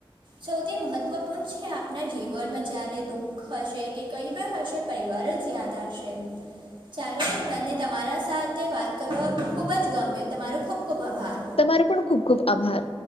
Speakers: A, on the right; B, on the left.
A: સૌથી મહત્વપૂર્ણ છે આપના જીવનમાં જયારે દુઃખ હશે કે કઈ પણ હશે પરિવાર જ યાદ આવશે. ચાલો ભાઈ મને તમારા સાથે વાત કરવા ખૂબ જ ગમ્યું તમારો ખૂબ ખૂબ આભાર.
B: તમારો પણ ખૂબ ખુબ આભાર.